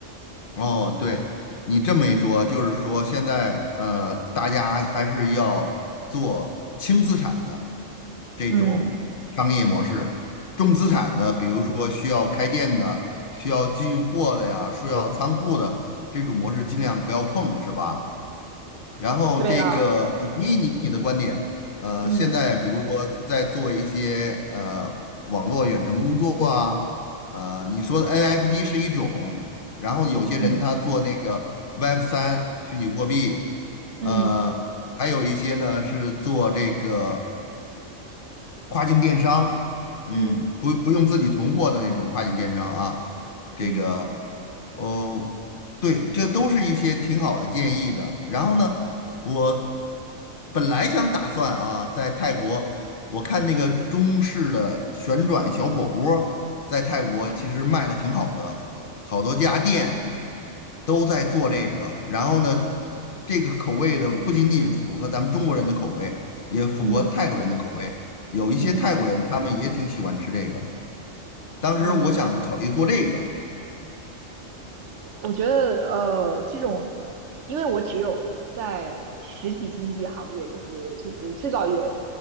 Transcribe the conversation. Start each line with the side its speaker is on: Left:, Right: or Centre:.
Left: 哦，对，你这么一说，就是说现在呃，大家还是要做轻资产的这种商业模式，
Right: 嗯，
Left: 重资产的，比如说需要开店的、需要进货的呀、需要仓库的这种模式，尽量不要碰，是吧？然后嗯这个，
Right: 对呀，
Left: 我同意你你的观点。呃，
Right: 嗯
Left: 现在比如说在做一些呃网络远程工作啊，呃，你说的 NFT 是一种，然后有些人他做那个
Right: 嗯
Left: Web 三虚拟货币，
Right: 嗯
Left: 呃，还有一些呢是做这个。跨境电商，嗯，
Right: 嗯
Left: 不不用自己囤货的那种跨境电商啊，这个，
Right: 嗯
Left: 哦，对，这都是一些挺好的建议的。然后呢，我本来想打算啊，在泰国，我看那个中式的旋转小火锅儿在泰国其实卖的挺好的，好多家店
Right: 嗯嗯
Left: 都在做这个。然后呢，这个口味的不仅仅符合咱们中国人的口味，也符合泰国人的口味。
Right: 嗯嗯。
Left: 有一些泰国人，
Right: 嗯嗯
Left: 他们也挺喜欢吃这个。当时我想考虑做这个，
Right: 嗯我觉得呃，这种，因为我只有在实体经济行业，就是就是制造业，